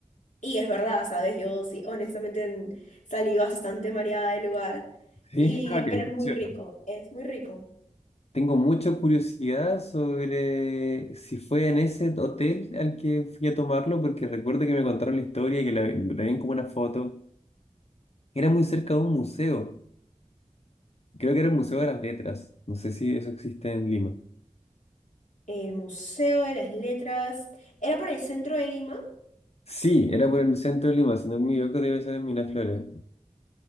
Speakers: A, on the left; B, on the left.
A: y es verdad, ¿sabes? Yo sí, honestamente en- salí bastante mareada del lugar
B: Sí.
A: y
B: Ah, funciona.
A: pero es muy rico, es muy rico.
B: Tengo mucha curiosidad sobre si fue en ese hotel al que fui a tomarlo, porque recuerdo que me contaron la historia y que la tenían como una foto. Era muy cerca de un museo. Creo que era el Museo de las Letras. No sé si eso existe en Lima.
A: El Museo de las Letras. ¿Era por el centro de Lima?
B: Sí, era por el centro de Lima, si no me equivoco, debe ser en Miraflores.